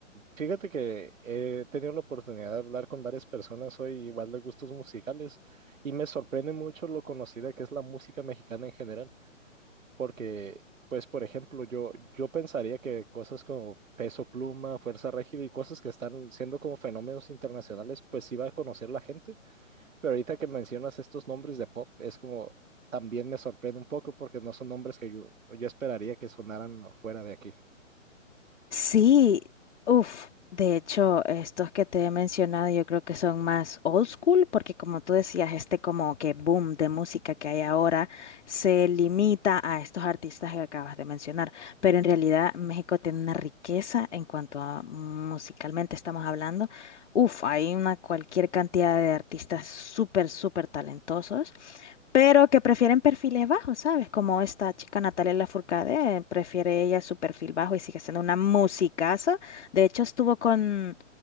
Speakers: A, on the right; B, on the left.
A: Fíjate que he tenido la oportunidad de hablar con varias personas hoy, igual de gustos musicales, y me sorprende mucho lo conocida que es la música mexicana en general, porque, pues, por ejemplo, yo, yo pensaría que cosas como Peso Pluma, Fuerza Régida y cosas que están siendo como fenómenos internacionales, pues iba a conocer la gente, pero ahorita que mencionas estos nombres de pop, es como, también me sorprende un poco porque no son nombres que yo, yo esperaría que sonaran fuera de aquí.
B: Sí, uff, de hecho, estos que te he mencionado yo creo que son más old school, porque como tú decías, este como que boom de música que hay ahora se limita a estos artistas que acabas de mencionar, pero en realidad México tiene una riqueza en cuanto a musicalmente estamos hablando. Uff, hay una cualquier cantidad de artistas súper, súper talentosos pero que prefieren perfiles bajos, ¿sabes? Como esta chica Natalia Lafourcade, prefiere ella su perfil bajo y sigue siendo una musicaza. De hecho, estuvo con